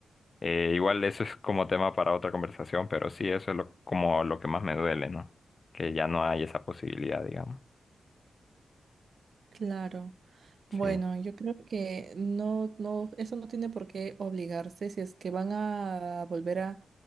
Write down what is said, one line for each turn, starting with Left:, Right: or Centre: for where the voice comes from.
Left: Eh, igual eso es como tema para otra conversación, pero sí, eso es lo, como lo que más me duele, ¿no? Que ya no hay esa posibilidad, digamos.
Right: Claro. Bueno,
Left: Sí.
Right: yo creo que no, no, eso no tiene por qué obligarse si es que van a volver a